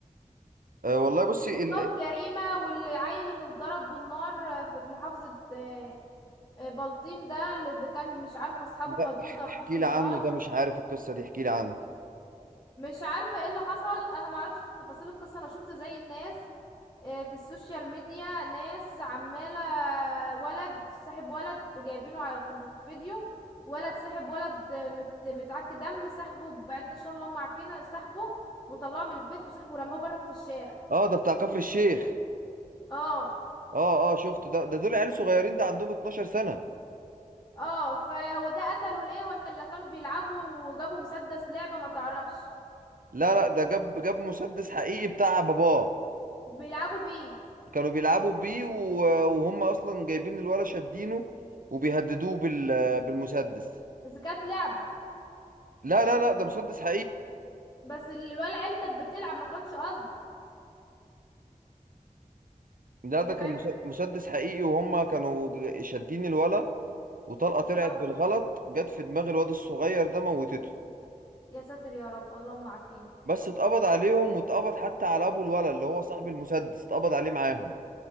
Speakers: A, on the right (about 80°); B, on the left (about 30°).
A: أه والله بصي ال...
B: طب جريمة والعيل اللي اتضرب بالنار في محافظة آه، آه، بلطيم ده اللي كان مش عارفه اصحابه
A: لا
B: خدوه ضربوه
A: احكي
B: بالنار
A: لي عنه ده مش عارف القصة دي احكي لي عنه
B: مش عارفه ايه اللي حصل انا ما اعرفش تفاصيل القصه انا شفت زي الناس آه، في السوشيال ميديا ناس عماله ولد صاحب ولد جايبينه على- في الفيديو ولد ساحب ولد آه، مت متعك دم سحبه بعد الشر اللهم عارفين سحبه وطلعه من البيت وسحبه رماه بره في الشارع
A: اه ده بتاع كفر الشيخ
B: اه
A: اه اه شفت ده ده دول عيال صغيرين ده عندهم 12 سنة
B: اه فهو ده قتله ليه ولا كانوا بيلعبوا وجابوا مسدس لعبه ما تعرفش
A: لا لا ده جاب جاب مسدس حقيقي بتاع باباه
B: بيلعبوا بيه
A: كانوا بيلعبوا بيه و- وهم اصلا جايبين الولا شادينه وبيهددوه بال بالمسدس
B: بس كانت لعبة
A: لا لا لا ده مسدس حقيقي
B: بس الولا العيال كانت بتلعب ما كانش قصده
A: لا
B: انت
A: ده
B: فاهم
A: كان مس- مسدس حقيقي وهم كانوا ج- شادين الولا وطلقة طلعت
B: اه
A: بالغلط جت في دماغ الواد الصغير ده موتته
B: يا ساتر يا رب اللهم عافينا
A: بس اتقبض عليهم واتقبض حتى على ابو الولا اللي هو صاحب المسدس اتقبض عليه معاهم